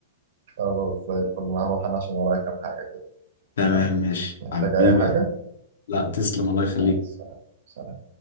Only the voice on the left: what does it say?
تمام
ماشي
حبيبي
يا أحمد. لا تسلم الله يخليك